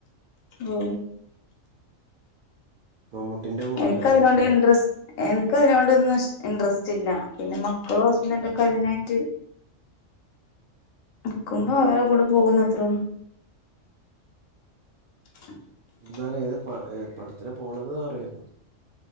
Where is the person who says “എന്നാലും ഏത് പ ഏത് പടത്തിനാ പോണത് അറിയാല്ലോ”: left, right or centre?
Right